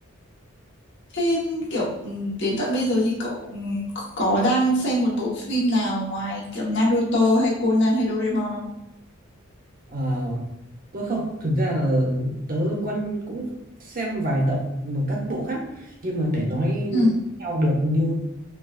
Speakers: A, on the left (about 60°); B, on the right (about 45°).
A: Thế kiểu ừ, đến tận bây giờ thì cậu ừ, có đang xem một bộ phim nào ngoài kiểu Naruto hay Conan hay Doraemon không?
B: Ờ, tôi không thực ra là tớ quan cũng xem vài tập mà các bộ khác nhưng mà để nói
A: Ừ.
B: theo được như